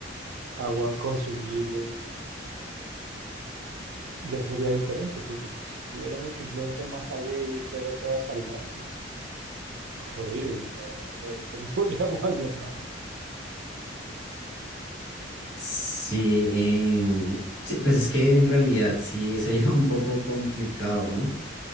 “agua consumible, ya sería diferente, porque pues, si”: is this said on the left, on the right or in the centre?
Right